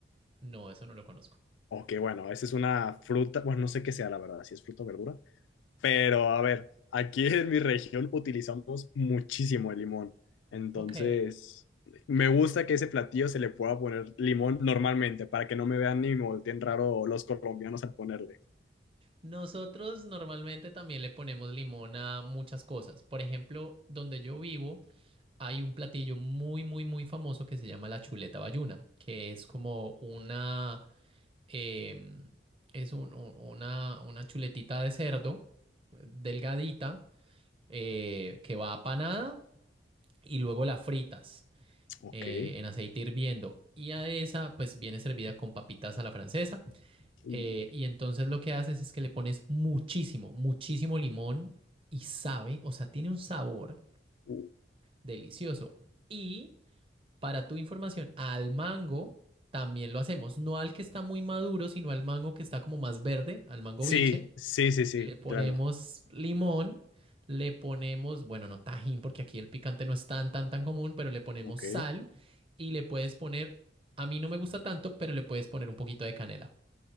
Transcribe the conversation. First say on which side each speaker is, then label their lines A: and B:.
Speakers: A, on the right; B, on the left.
A: no, eso no lo conozco.
B: o que bueno, esa es una fruta, bueno, no sé qué sea la verdad, si es fruta o verdura, pero a ver, aquí en mi región utilizamos muchísimo el limón. Entonces,
A: Ok.
B: me gusta que ese platillo se le pueda poner limón normalmente, para que no me vean ni me volteen raro los colombianos al ponerle.
A: Nosotros normalmente también le ponemos limón a muchas cosas. Por ejemplo, donde yo vivo. hay un platillo muy, muy, muy famoso que se llama la chuleta bayuna, que es como una, em, es un- un- una, una chuletita de cerdo eh, delgadita eh, que va apanada y luego la fritas
B: Ok.
A: eh, en aceite hirviendo. Y a esa pues viene servida con papitas a la francesa.
B: Mm.
A: eh, y entonces lo que haces es que le pones muchísimo, muchísimo limón y sabe, o sea, tiene un sabor
B: Uh,
A: delicioso. Y Para tu información, al mango también lo hacemos. No al que está muy maduro, sino al mango que está como más verde, al mango
B: Sí,
A: biche.
B: sí, sí, sí,
A: Le ponemos
B: claro.
A: limón, le ponemos, bueno, no tajín, porque aquí el picante no es tan, tan, tan común, pero le ponemos
B: Ok.
A: sal y le puedes poner, a mí no me gusta tanto, pero le puedes poner un poquito de canela.